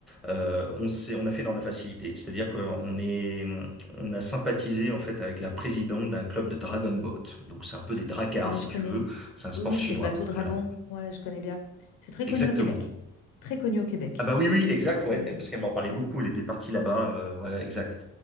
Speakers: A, in the centre; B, on the left (about 80°).
A: euh, on s'est, on a fait dans la facilité. C'est-à-dire qu'on est, on a sympathisé en fait avec la présidente d'un club de Dragon Boat. Donc c'est un peu des dracars
B: Ouais,
A: si
B: je connais.
A: tu veux. C'est un sport
B: Oui, oui,
A: chinois.
B: c'est le bateau Dragon.
A: Voilà.
B: Ouais, je connais bien. C'est très
A: Exactement.
B: connu au Québec. Très connu au Québec.
A: Ah bah oui, oui, exact, ouais,
B: Hmm,
A: Eh, parce qu'elle m'en parlait
B: Ouais.
A: beaucoup, elle était partie là-bas, euh, ouais, ouais, exact.